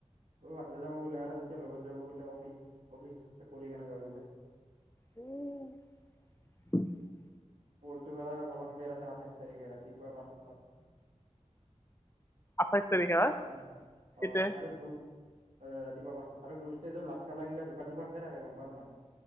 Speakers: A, on the right (about 80°); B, on the left (about 20°).
A: অ ভতলে যাব বোলে আৰু তেতিয়া লগত যাব বোলে অফিচ অফিচ চাকৰি কেনে যাব বোলে।
B: উম
A: পৰ্তুগালৰ কলম্বিয়াৰ আছে আঠাইছ তাৰিখে ৰাতিপুৱা পাঁচটাত
B: আঠাইছ তাৰিখে হয়
A: উম
B: কেতিয়া
A: অ আৰু অ ৰাতিপুৱা পাঁচটাত আৰু গ্ৰুপষ্টেজত লাষ্ট খেলা গিলা দুখন দুখনকে থাকে গম পাওঁ না নাই